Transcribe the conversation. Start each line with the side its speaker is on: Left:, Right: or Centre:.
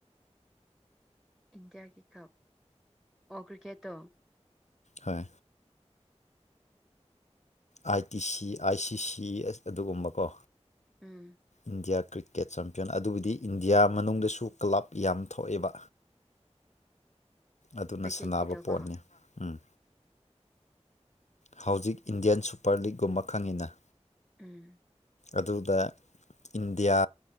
Centre: ꯏꯟꯗꯤꯌꯥꯒꯤ ꯀꯞ ꯑꯣ ꯀ꯭ꯔꯤꯀꯦꯠꯇꯣ
Left: ꯍꯣꯏ ꯑꯥꯏ T C I C C ꯑꯗꯨꯒꯨꯝꯕꯀꯣ
Centre: ꯎꯝ
Left: ꯏꯟꯗꯤꯌꯥ ꯀ꯭ꯔꯤꯀꯦ ꯀ꯭ꯔꯤꯀꯦꯠ ꯆꯝꯄꯤꯌꯟ ꯑꯗꯨꯕꯨꯗꯤ ꯏꯟꯗꯤꯌꯥ ꯃꯅꯨꯡꯗꯁꯨ ꯀ꯭ꯂꯕ ꯌꯥꯝ ꯊꯣꯛꯑꯦꯕ ꯑꯗꯨꯅ
Centre: ꯀ꯭ꯔꯤꯀꯦꯠꯀꯤꯗꯣꯀꯣ
Left: ꯁꯥꯟꯅꯕ ꯄꯣꯠꯅꯦ ꯎꯝ ꯍꯧꯖꯤꯛ ꯏꯟꯗꯤꯌꯥꯟ ꯁꯨꯄꯔ ꯂꯤꯒꯒꯨꯝꯕ ꯈꯪꯉꯤꯅ
Centre: ꯎꯝ
Left: ꯑꯗꯨꯗ ꯏꯟꯗꯤꯌꯥ